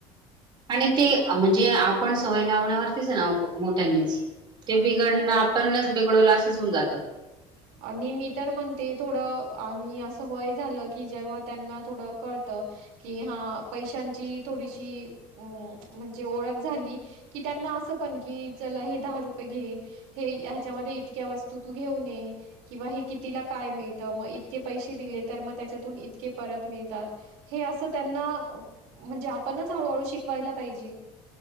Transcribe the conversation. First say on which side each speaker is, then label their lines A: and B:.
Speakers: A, on the right; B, on the right.
A: आणि
B: होय.
A: ते म्हणजे आपण सवय लावण्यावरतीच आहे ना मोठ्यांनीच ते बिघडणं
B: हो.
A: आपणच बिघडवलं असं होऊन जात
B: आणि मी तर म्हणते थोडं आणि असं वय झालं की जेव्हा त्यांना थोडं कळतं कि हा पैशांची थोडीशी अ म्हणजे ओळख झाली कि त्यांना असं पण की जला हे दहा रुपये घे हे ह्याच्यामध्ये इतक्या वस्तू तू घेऊन ये किंवा हे कितीला काय मिळत मग इतके पैसे दिले तर मग त्याच्यातून इतके परत मिळतात हे असं त्यांना म्हणजे आपणच हळूहळू शिकवायला पाहिजे